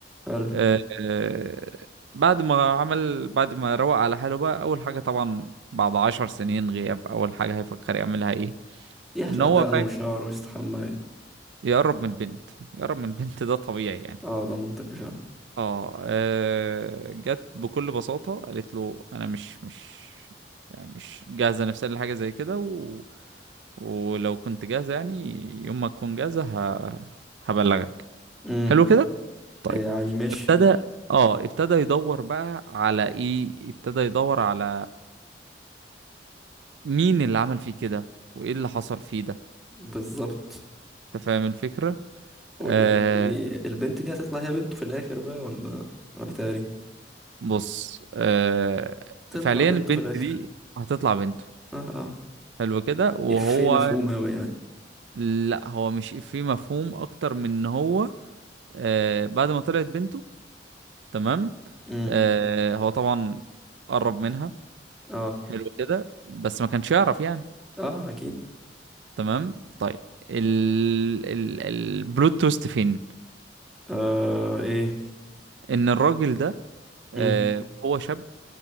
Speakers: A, in the centre; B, on the right (about 85°).
A: حلو
B: آه، آه، بعد ما عمل بعد ما روق على حاله بقى أول حاجة طبعا بعد عشر سنين غياب أول حاجة هيفكر يعملها إيه
A: يحلق
B: إن هو
A: دقنه
B: فاهم
A: وشعره ويستحمى
B: يقرب من البنت يقرب من البنت ده طبيعي يعني
A: اه ده منطقي فعلا
B: اه آه، جت بكل بساطة قالت له انا مش مش يعني مش جاهزة نفسيا لحاجة زي كده و... ولو كنت جاهزة يعني يوم ما تكون جاهزة ه... هبلغك
A: امم
B: حلو كده طيب
A: يعني ماشي
B: ابتدى مم. اه ابتدى يدور بقى على ايه ابتدى يدور على مين اللي عمل فيه كده وايه اللي حصل فيه ده
A: بالظبط
B: انت فاهم الفكرة
A: و-
B: آه...
A: يعني البنت دي هتطلع هي بنته في الاخر بقى ولا ولا بيتهيألي
B: بص آه...
A: تطلع
B: فعليا
A: بنته
B: البنت
A: في الاخر
B: دي هتطلع بنته
A: اه اه
B: حلو كده وهو
A: افيه مفهوم اوي يعني
B: لا هو مش في مفهوم اكتر من ان هو آه بعد ما طلعت بنته تمام
A: امم
B: آه هو طبعا قرب منها
A: اه
B: حلو كده بس ما كانش يعرف يعني
A: اه اكيد
B: تمام طيب ال ال البلوت تويست فين
A: آه ايه
B: ان الراجل ده آه
A: امم
B: هو شاب